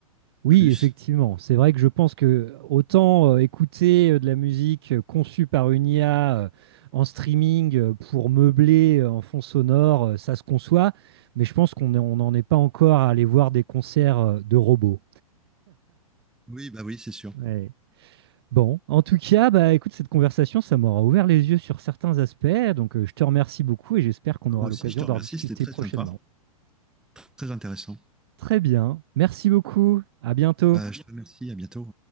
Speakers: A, on the right (about 45°); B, in the centre.
A: Oui,
B: plus.
A: effectivement. C'est vrai que je pense que autant euh, écouter euh, de la musique euh, conçue par une IA euh, en streaming euh, pour meubler euh, en fond sonore, euh, ça se conçoit, mais je pense qu'on est- on n'en est pas encore à aller voir des concerts euh, de robots.
B: Oui, bah oui, c'est sûr.
A: Ouais. Bon, en tout cas, bah écoute, cette conversation, ça m'aura ouvert les yeux sur certains aspects, donc euh, je te remercie beaucoup et j'espère qu'on
B: Bah,
A: aura
B: Moi aussi,
A: l'occasion
B: je te remercie,
A: d'en rediscuter
B: c'était très
A: prochainement.
B: sympa, très intéressant.
A: Très bien, merci beaucoup, à bientôt.
B: Bah, je te remercie, à bientôt.